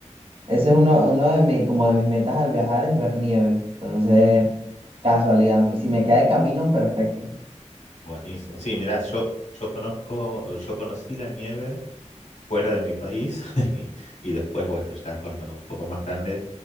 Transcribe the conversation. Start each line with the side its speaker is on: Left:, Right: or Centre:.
Right: ese es uno, uno de mis, como de mis metas al viajar es ver nieve, entonces,
Left: Ujú.
Right: casualidad, si me queda de camino, perfecto.
Left: Buenísimo. Sí, mirá, yo, yo conozco, yo conocí la nieve fuera de mi país <laughs> y, y después, bueno, ya cuando un poco más grande,